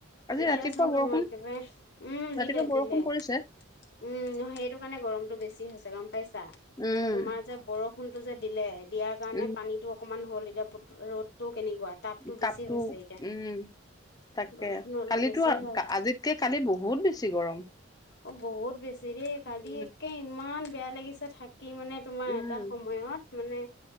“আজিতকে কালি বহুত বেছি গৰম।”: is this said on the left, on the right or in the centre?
Left